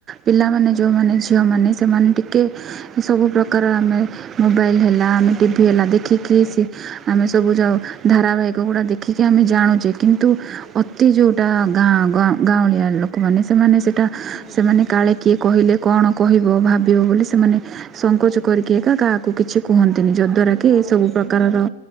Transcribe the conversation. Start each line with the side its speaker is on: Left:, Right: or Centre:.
Right: ପିଲାମାନେ ଯଉମାନେ ଝିଅମାନେ ସେମାନେ ଟିକେ ଏ ସବୁ ପ୍ରକାର ଆମେ ମୋବାଇଲ ହେଲା ଆମେ ଟିଭିି ହେଲା ଦେଖିକି
Centre: ଆଜ୍ଞା ଆଜ୍ଞା
Right: ସେ ଆମେ ସବୁ ଯାଉ ଧାରାବାହିକ ଗୁଡ଼ା ଦେଖିକି ଆମେ ଜାଣୁଛେ। କିନ୍ତୁ ଅତି ଯଉଟା ଗାଁ ଗାଁଉଁଲିଆ ଲୋକମାନେ ସେମାନେ ସେଇଟା
Centre: ଆଜ୍ଞା
Right: ସେମାନେ
Centre: ଆଜ୍ଞା
Right: କାଳେ କିଏ କହିଲେ କଣ କହିବ ଭାବିବ ବୋଲି ସେମାନେ
Centre: ଆଜ୍ଞା
Right: ସଙ୍କୋଚ
Centre: ଆଜ୍ଞା
Right: କରିକି। କାହାକୁ କିଛି କୁହନ୍ତିନି ଯଦ୍ଵାରା
Centre: ନାଇଁ
Right: କି
Centre: ତାପରେ
Right: ସବୁ
Centre: ସେମାନେ
Right: ପ୍ରକାରର